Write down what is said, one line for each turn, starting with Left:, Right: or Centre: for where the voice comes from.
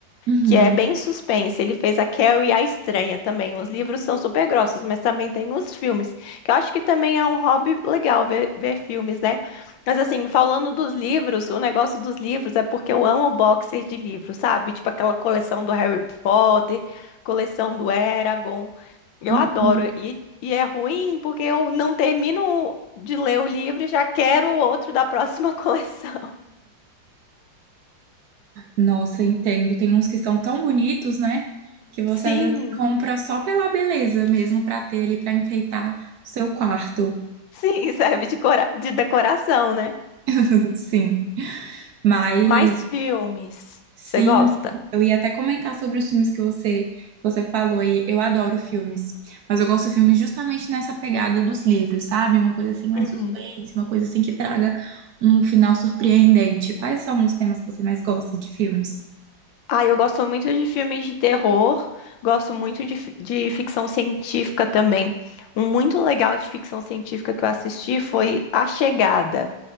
Right: Uhum.
Left: que é bem suspense. Ele fez a Carrie a Estranha também. Os livros são super grossos, mas também tem os filmes, que eu acho que também é um hobby legal ver, ver filmes, né? Mas assim, falando dos livros, o negócio dos livros é porque eu amo boxer de livros, sabe? Tipo aquela coleção do Harry Potter, coleção do Eragon. Eu
Right: Uhum.
Left: adoro. E, e é ruim porque eu não termino de ler o livro e já quero o outro da próxima <laughs> coleção.
Right: Nossa, entendo. Tem uns que são tão bonitos, né? Que você
Left: Sim,
Right: às vezes compra só pela beleza mesmo para ter ali para enfeitar o seu quarto.
Left: sim, serve de, cora- de decoração, né?
Right: <laughs> Sim. Mas
Left: Mais filmes.
Right: sim,
Left: Você gosta?
Right: eu ia até comentar sobre os filmes que você você falou aí. Eu adoro filmes, mas eu gosto de filmes justamente nessa pegada dos livros, sabe? Uma coisa assim mais
Left: Uhum.
Right: suspense, uma coisa assim que traga um final surpreendente. Quais são os temas que você mais gosta de filmes?
Left: Ah, eu gosto muito de filmes de terror, gosto muito de, fi- de ficção científica também. Um muito legal de ficção científica que eu assisti foi A Chegada.